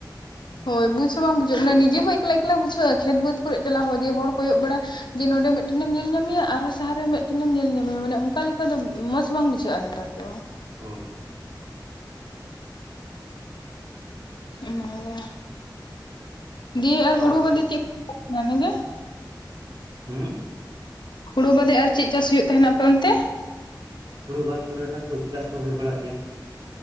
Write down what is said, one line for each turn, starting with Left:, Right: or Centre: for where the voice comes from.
Left: ᱦᱳᱭ ᱵᱩᱡ ᱦᱚᱸ ᱵᱟᱝ ᱵᱩᱡᱷᱟᱹᱜ ᱠᱟᱱᱟ ᱱᱤᱡᱮ ᱦᱳᱭ ᱮᱠᱞᱟ ᱮᱠᱞᱟ ᱵᱩᱡᱷᱟᱹᱜᱼᱟ ᱠᱷᱮᱛ ᱵᱟᱹᱫᱽ ᱠᱚᱨᱮᱜ ᱪᱟᱞᱟᱣ ᱦᱚᱸ ᱡᱮ ᱦᱚᱲ ᱠᱚᱭᱚᱜ ᱵᱟᱲᱟ ᱡᱮ ᱱᱚᱰᱮ ᱢᱮᱫᱴᱮᱱᱮᱢ ᱧᱮᱞ ᱧᱟᱢᱮᱭᱟ ᱟᱨᱦᱚᱸ ᱥᱟᱦᱟᱨ ᱨᱮ ᱢᱮᱫᱴᱮᱱᱮᱢ ᱧᱮᱞ ᱧᱟᱢᱮᱭᱟ, ᱢᱟᱱᱮ ᱚᱱᱠᱟ ᱞᱮᱠᱟ ᱫᱚ ᱢᱚᱸᱡᱽ ᱵᱟᱝ ᱵᱩᱡᱷᱟᱹᱜᱼᱟ᱾ <unintelligible>
Right: ᱦᱳᱭ ᱦᱳᱭ
Left: <unintelligible> ᱫᱤᱭᱮ ᱟᱨ
Right: ᱚᱲᱟᱜ
Left: ᱦᱩᱲᱩ
Right: ᱠᱚᱨᱮ
Left: ᱵᱟᱫᱮ
Right: ᱜᱮ
Left: ᱪᱮᱫ <unintelligible>
Right: ᱦᱩᱸ
Left: ᱦᱳᱲᱩ ᱵᱟᱫᱮ ᱟᱨ ᱪᱮᱫ ᱪᱟᱥ ᱦᱩᱭᱩᱜ ᱛᱟᱦᱮᱸᱱᱟ ᱟᱯᱮ ᱚᱱᱛᱮ?
Right: ᱦᱩᱲᱩ ᱵᱟᱫ ᱠᱚᱨᱮ ᱚᱱᱟ ᱥᱚᱵᱡᱤ ᱪᱟᱥ ᱠᱚ ᱦᱳᱭᱳᱜ ᱵᱟᱲᱟᱜ ᱜᱮᱭᱟ᱾